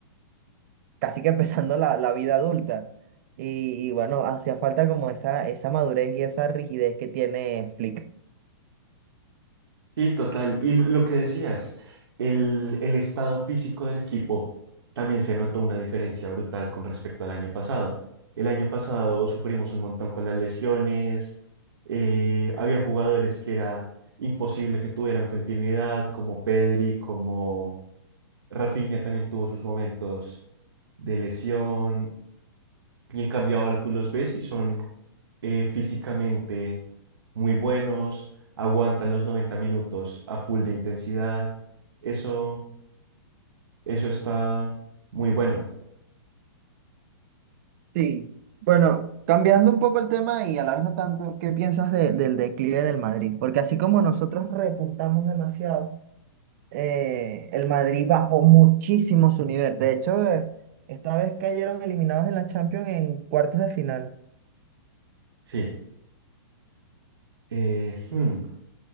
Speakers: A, on the right; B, on the right.
A: casi que empezando la, la vida adulta. Y, y bueno, hacía falta como esa, esa madurez y esa rigidez que tiene Flick.
B: Sí, total. Y lo que decías, el, el estado físico del equipo también se notó una diferencia brutal con respecto al año pasado. El año pasado sufrimos un montón con las lesiones, eh, había jugadores que era imposible que tuvieran continuidad, como Pedri, como Rafinha también tuvo sus momentos de lesión, y en cambio ahora tú los ves y son eh, físicamente muy buenos, aguantan los 90 minutos a full de intensidad. Eso, eso está muy bueno.
A: Sí. Bueno, cambiando un poco el tema y a la vez no tanto, ¿qué piensas de- del declive del Madrid? Porque así como nosotros repuntamos demasiado, eh, el Madrid bajó muchísimo su nivel. De hecho, eh, esta vez cayeron eliminados en la Champions en cuartos de final.
B: Sí. Eh, hmm,